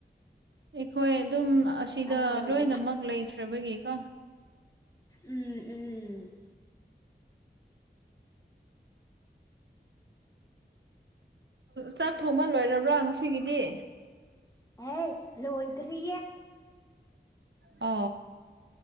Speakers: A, on the right; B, on the left.
A: ꯑꯩꯈꯣꯏ ꯑꯗꯨꯝ ꯑꯁꯤꯗ
B: ꯑꯥ ꯎꯝ
A: ꯂꯣꯏꯅꯃꯛ ꯂꯩꯈ꯭ꯔꯕꯒꯤ ꯀ
B: ꯎꯝ ꯎꯝ
A: ꯆꯥꯛ ꯊꯣꯡꯕ ꯂꯣꯏꯔꯕ꯭ꯔꯥ ꯉꯁꯤꯒꯤꯗꯤ
B: ꯑꯦ ꯂꯣꯏꯗꯔꯤ
A: ꯑ